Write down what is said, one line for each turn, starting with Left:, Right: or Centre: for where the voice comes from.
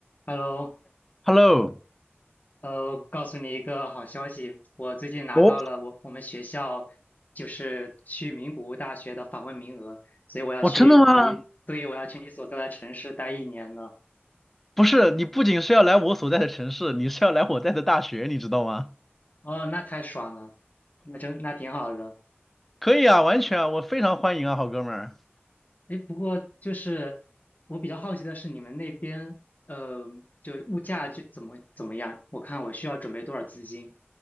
Left: Hello，
Centre: Hello，
Left: 呃，告诉你一个好消息，我最近拿到了我我们学校就是去名古屋大学的访问名额，
Centre: 我
Left: 所以我要去你，
Centre: 我真的吗？
Left: 对，我要去你所在的城市待一年了。
Centre: 不是，你不仅是要来我所在的城市，你是要来我在的大学，你知道吗？
Left: 哦，那太爽了，那真那挺好的。
Centre: 可以啊，完全啊，我非常欢迎啊，好哥们儿。
Left: 诶，不过就是我比较好奇的是你们那边，呃，就物价就怎么怎么样？我看我需要准备多少资金？